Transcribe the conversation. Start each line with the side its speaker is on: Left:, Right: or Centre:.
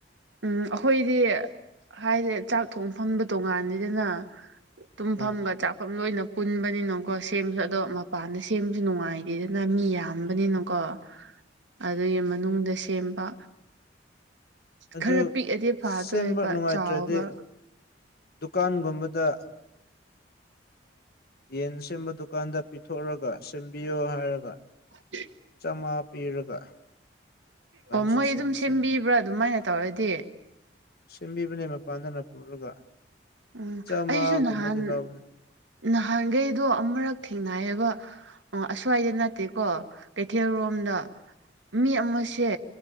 Right: ꯎꯝ ꯑꯩꯈꯣꯏꯗꯤ ꯍꯥꯏꯗꯤ ꯆꯥꯛ ꯊꯣꯡ ꯐꯝꯕ ꯇꯣꯉꯥꯟꯅꯤꯗꯅ ꯇꯨꯝꯐꯝꯒ
Left: ꯎꯝ
Right: ꯆꯥꯛꯐꯝ ꯂꯣꯏꯅ ꯄꯨꯟꯕꯅꯤꯅꯀꯣ ꯁꯦꯝꯕꯁꯨ ꯑꯗꯣ ꯃꯄꯥꯟꯗ ꯁꯦꯝꯕꯁꯨ ꯅꯨꯡꯉꯥꯏꯇꯦꯗꯅ ꯃꯤ ꯌꯥꯝꯕꯅꯤꯅꯀꯣ
Left: <unintelligible>
Right: ꯑꯗꯨꯒꯤ ꯃꯅꯨꯡꯗ ꯁꯦꯝꯕ
Left: ꯑꯗꯨ
Right: ꯈꯔ ꯄꯤꯛꯑꯗꯤ ꯐꯥꯗꯣꯏꯕ
Left: ꯁꯦꯝꯕ ꯅꯨꯡꯉꯥꯏꯇ꯭ꯔꯗꯤ
Right: ꯆꯥꯎꯕ
Left: ꯗꯨꯀꯥꯟꯒꯨꯝꯕꯗ ꯌꯦꯟ ꯁꯦꯝꯕ ꯗꯨꯀꯥꯟ ꯗ ꯄꯤꯊꯣꯛꯑꯒ ꯁꯦꯝꯕꯤꯌꯣ ꯍꯥꯏꯔꯒ
Right: ꯍ
Left: ꯆꯥꯝꯃꯉꯥ ꯄꯤꯔꯒ ꯑꯗꯨꯃꯥꯏꯅꯁꯨ
Right: ꯑꯣ ꯃꯣꯏ
Left: ꯁꯦꯝꯗꯤ
Right: ꯑꯗꯨꯝ ꯁꯦꯝꯕꯤꯕ꯭ꯔꯥ
Left: ꯁꯦꯝꯕꯅꯦ
Right: ꯑꯗꯨꯃꯥꯏꯅ ꯇꯧꯔꯗꯤ
Left: ꯁꯦꯝꯕꯤꯕꯅꯦ ꯃꯄꯥꯟꯗꯅ ꯄꯨꯔꯒ
Right: ꯎꯝ
Left: ꯆꯥꯝꯃꯉꯥꯒꯨꯝꯕꯗꯤ
Right: ꯑꯩꯁꯨ ꯅꯍꯥꯟ
Left: ꯂꯧꯕꯅꯦ
Right: ꯅꯍꯥꯟꯈꯩꯗꯣ ꯑꯃꯨꯔꯛ ꯊꯦꯡꯅꯌꯦꯕ ꯑꯁ꯭ꯋꯥꯏꯗ ꯐꯠꯇꯦꯀꯣ ꯀꯩꯊꯦꯜ ꯔꯣꯝꯗ
Left: ꯎꯝ
Right: ꯃꯤ ꯑꯃꯁꯦ